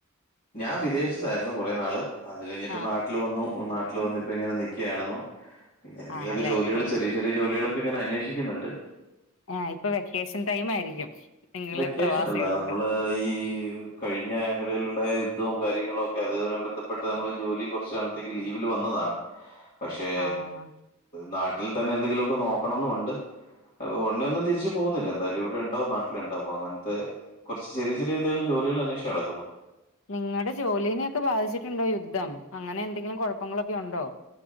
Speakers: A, on the left; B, on the left.
A: ഞാൻ വിദേഷ്ത്തായിരുന്നു കുറേ നാള് അത് കഴിഞ്ഞിട്ട്
B: ആഹ്
A: നാട്ടില് വന്നു നാട്ടില് വന്നിപ്പ ഇങ്ങനെ നിക്കയാണെന്ന് പിന്നെ എന്തെങ്കിലോക്കെ
B: ആണല്ലേ
A: ജോലികള്
B: ഓഹ്
A: ചെറിയ ചെറിയ ജോലികളൊക്കെ ഇങ്ങനെ അന്വേഷിക്കുന്നുണ്ട്
B: ആ ഇപ്പൊ വെക്കേഷൻ ടൈമ് ആയിരിക്കും നിങ്ങള്
A: വെക്കേഷന്
B: പ്രവാസികൾക്ക്
A: അല്ല നമ്മള് ഈ കഴിഞ്ഞ ഇടെല്ണ്ടായ യുദ്ധവും കാര്യങ്ങളും ഒക്കെ അതുമായി ബന്ധപ്പെട്ട നമ്മളെ ജോലി കൊർച്ച് കാലത്തേക്ക് ലീവില് വന്നതാണ് പക്ഷേ
B: ആഹ്
A: നാട്ടിൽ തന്നെ എന്തെങ്കിലോക്കെ നോക്കണന്നുണ്ട് ഒട്ണെ ഒന്നും തിരിച് പോവുന്നില്ല എന്തായാല് ഇവിടെ ഇണ്ടാവും നാ ട്ട്ല്ണ്ട് അപ്പോ അങ്ങൻത്തെ കൊർച്ച്‌ ചെറിയ ചെറിയ എന്തെലും ജോലികൾ അന്വേഷിച് നടക്കുന്നു
B: നിങ്ങടെ ജോലീനൊക്കെ ബാധിച്ചിട്ടുണ്ടോ യുദ്ധം അങ്ങനെ എന്തെങ്കിലും കൊഴപ്പങ്ങളൊക്കെ ഉണ്ടോ